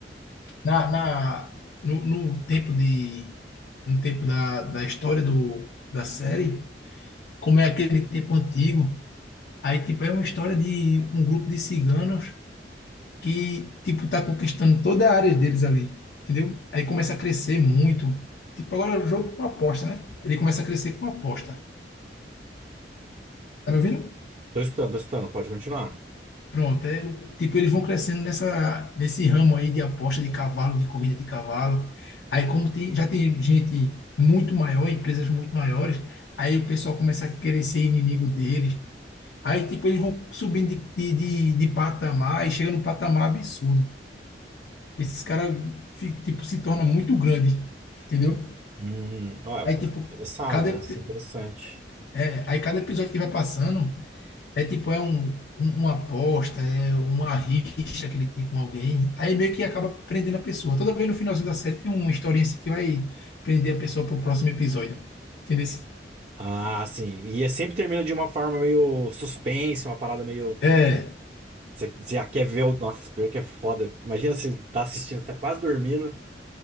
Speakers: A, on the left; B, on the right.
A: na, na, no, no tempo de, no tempo da, da história do, da série, como é aquele tempo antigo. Aí, tipo, é uma história de um grupo de ciganos que, tipo, tá conquistando toda a área deles ali, entendeu? Aí começa a crescer muito. Tipo, agora é o jogo com aposta, né? Ele começa a crescer com aposta. Tá me ouvindo?
B: Tô escutando, tô escutando, pode continuar.
A: Pronto, é, o- tipo, eles vão crescendo nessa, nesse ramo aí de aposta de cavalo, de corrida de cavalo. Aí como tem, já tem gente muito maior, empresas muito maiores, aí o pessoal começa a querer ser inimigo deles. Aí, tipo, eles vão subindo de, de, de, de patamar e chega num patamar absurdo. Esses caras, fi- tipo, se tornam muito grande, entendeu?
B: Hum, ó, eu
A: Aí,
B: tô
A: tipo,
B: interessado,
A: cada,
B: parece
A: epi-
B: ser interessante.
A: é, aí cada episódio que vai passando é, tipo, é um, um- uma aposta, é uma rixa que ele tem com alguém. Aí meio que acaba prendendo a pessoa. Toda vez no finalzinho da série tem uma historinha assim que vai prender a pessoa pro próximo episódio. Entendeu?
B: Ah, sim. E é sempre termina de uma forma meio suspense, uma parada meio.
A: É,
B: Você você já quer ver o. Nossa, pior que é foda. Imagina você tá assistindo, você tá quase dormindo,